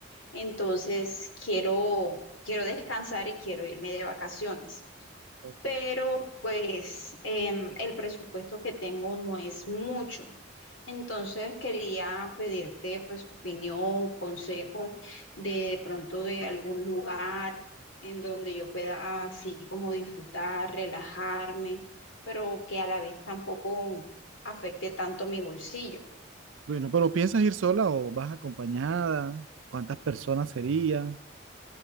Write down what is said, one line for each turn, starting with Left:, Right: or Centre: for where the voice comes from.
Left: entonces quiero, quiero descansar y quiero irme de vacaciones
Right: Ok.
Left: pero pues em, el presupuesto que tengo no es mucho. Entonces quería pedirte pues opinión, consejos de, de pronto de algún lugar en donde yo pueda así como disfrutar, relajarme, pero que a la vez tampoco afecte tanto mi bolsillo.
Right: Bueno, pero ¿piensas ir sola o vas acompañada? ¿Cuántas personas serían?